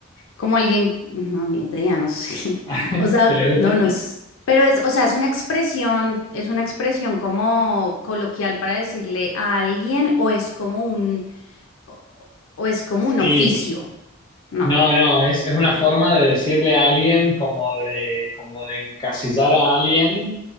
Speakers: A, on the left (about 65°); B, on the left (about 20°).
A: como alguien, no, ni idea, no sé.
B: <laughs>
A: <laughs> O sea,
B: ¿Qué le gusta?
A: no nos. Pero es, o sea, es una expresión, es una expresión como coloquial para decirle a alguien o es como un, o, o- o es como
B: Sí.
A: un oficio, no.
B: No, no, es, es una forma de decirle a alguien como de, como de encasillar a alguien